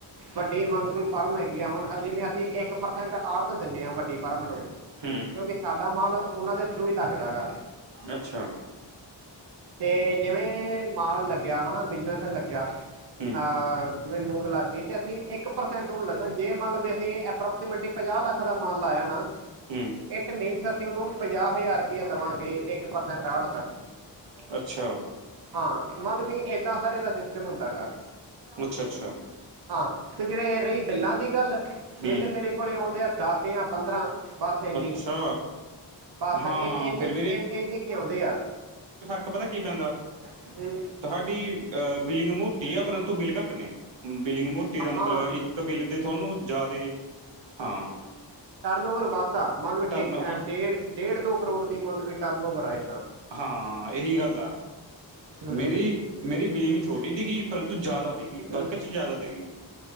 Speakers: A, on the right; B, on the right.
A: ਵੱਡੀ ਮਲੋ ਵੀ ਫਰਮ ਹੈਗੀ ਆ ਹੁਣ ਜਿਵੇਂ ਅਸੀਂ ਇੱਕ ਪਰਸੈਂਟ ਆੜਤ ਦਿੰਨੇ ਆ ਵੱਡੀ ਫਰਮ ਨੂੰ।
B: ਹੂੰ
A: ਕਿਉਂਕਿ ਸਾਡਾ ਮਾਲ ਓਨਾਂ ਦੇ ਥਰੂ ਹੀ ਲੱਗਦਾ ਗਾ।
B: ਅੱਛਾ।
A: ਤੇ ਜਿਵੇਂ ਮਾਲ ਲੱਗਿਆ ਹਨਾ, ਬਿਜਨਸ ਦਾ ਲੱਗਿਆ
B: ਹੂੰ
A: ਅਹ ਜਿਵੇਂ ਮੂੰਗ ਲਾਗੀ ਤੇ ਅਸੀਂ ਇੱਕ ਪਰਸੈਂਟੂ <unintelligible> ਜੇ ਮੰਲੋ ਬੀ ਅਸੀਂ ਐਪ੍ਰੋ ਕਸੀਮੇਟਲੀ ਮਿਲਟੀ ਪੰਜਾਹ ਲੱਖ ਦਾ ਮਾਲ ਲਾਇਆ ਨਾ
B: ਹੂੰ
A: ਇਟ ਮਿਹਨਤ ਅਸੀਂ ਉਹਨੂੰ ਪੰਜਾਹ ਹਜ਼ਾਰ ਰੁਪਇਆ ਦੇਵਾਂਗੇ ਇੱਕ ਪਰਸੈਂਟ ਆੜ ਦਾ
B: ਅੱਛਾ
A: ਹਾਂ, ਮਤਲਬ ਵੀ ਐਦਾਂ ਸਾਰੇ ਦਾ ਸਿਸਟਮ ਹੁੰਦਾ ਗਾ
B: ਅੱਛਾ -ਅੱਛਾ
A: ਹਾਂ, ਤੇ ਜੇੜੇ ਰਹੀ ਬਿੱਲਾਂ ਦੀ ਗੱਲ, ਬਿੱਲ
B: ਹੂੰ
A: ਮੇਰੇ ਕੋਲ ਆਉਂਦੇ ਆ ਦਸ ਜਾਂ ਪੰਦਰਾਂ ਬਸ ਇੰਨੀ,
B: ਅੱਛਾ
A: ਬਸ
B: ਹਾਂ
A: ਇਹਨੇ
B: ਫਿਰ
A: ਇੰਨੇ ਕੀ ਆਉਂਦੇ ਆ
B: ਫਰਕ ਪਤਾ ਕੀ ਪੈਂਦਾ
A: ਇਹ
B: ਤੁਹਾਡੀ ਅਹ ਬਿਲਿੰਗ ਮੋਟੀ ਆ, ਪਰੰਤੂ ਬਿੱਲ ਘੱਟ ਨੇ, ਬਿਲਿੰਗ ਮੋ ਤੇ ਇਹਦਾ ਮਤਲਬ
A: ਹਾਂ
B: ਇੱਕ ਬਿੱਲ ਤੇ ਤੁਹਾਨੂੰ ਜਾਦੇ, ਹਾਂ।
A: ਟਰਨ ਓਵਰ ਵਾਧਾ, ਮੰਨ ਲਓ
B: ਟਰਨ
A: ਡੇ, ਡੇਢ ਦੋ ਕਰੋੜ ਦੀ ਮੰਨ ਲਓ ਟਰਨ ਓਵਰ ਆਏ ਤਾਂ
B: ਹਾਂ ਇਹੀ ਗੱਲ ਆ,
A: ਹੂੰ
B: ਮੇਰੀ, ਮੇਰੀ ਬਿਲਿੰਗ ਛੋਟੀ ਜੀ ਪਰੰ ਤੂੰ ਜ਼ਿਆਦਾ ਦੇ ਗਈ,
A: ਹੂੰ।
B: ਬਰਕਤ 'ਚ ਜ਼ਿਆਦਾ ਦੇ ਗਈ।